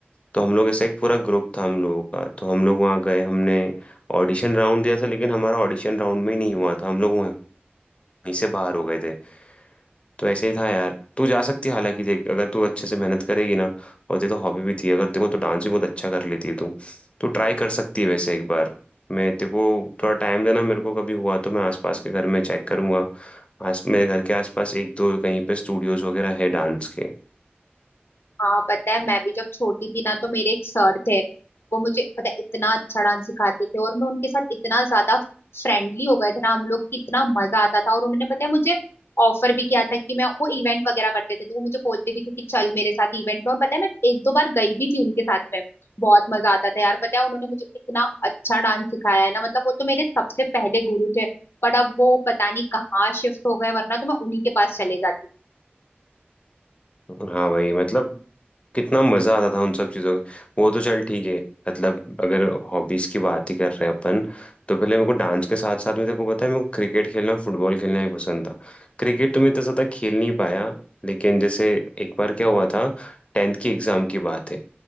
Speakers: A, on the left; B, on the left.
A: तो हम लोग ऐसा एक पूरा ग्रुप था हम लोगों का तो हम लोग वहाँ गए हमने ऑडिशन राउंड दिया था लेकिन हमारा ऑडिशन राउंड में ही नहीं हुआ था हम लोग वहीं से बाहर हो गए थे तो ऐसे ही था यार तू जा सकती है हालांकि देख अगर तू अच्छे से मेहनत करेगी ना और तेरे तो हॉबी भी थी अगर तेरे को तो डांस भी बहुत अच्छा कर लेती है तू तू ट्राई कर सकती है वैसे एक बार मैं तेरे को थोड़ा टाइम देना मेरे को कभी हुआ तो मैं आसपास के घर में चेक करूंगा आस मेरे घर के आसपास एक दो कहीं पे स्टूडियोज वगैरह है डांस के
B: हाँ पता है मैं भी जब छोटी थी ना तो मेरे एक सर थे वो मुझे पता है इतना अच्छा डांस सिखाते थे और मैं उनके साथ इतना ज्यादा फ्रेंडली हो गए थे ना हम लोग कि इतना मजा आता था और उन्होंने पता है मुझे ऑफर भी किया था कि मैं वो इवेंट वगैरह करते थे तो वो मुझे बोलते भी थे कि चल मेरे साथ इवेंट में और पता है मैं एक दो बार गई भी थी उनके साथ में बहुत मजा आता था यार पता है उन्होंने मुझे इतना अच्छा डांस सिखाया है ना मतलब वो तो मेरे सबसे पहले गुरु थे पर अब वो पता नहीं कहाँ शिफ्ट हो गए वरना तो मैं उन्हीं के पास चले जाती
A: हाँ भाई मतलब कितना मजा आता था उन सब चीजों में वो तो चल ठीक है मतलब अगर हॉबीज की बात ही कर रहे हैं अपन तो पहले मेरे को डांस के साथ साथ में देखो पता है मेरे को क्रिकेट खेलना फुटबॉल खेलना भी पसंद था क्रिकेट तो मैं इतना ज्यादा खेल नहीं पाया लेकिन जैसे एक बार क्या हुआ था टेंथ की एग्जाम की बात है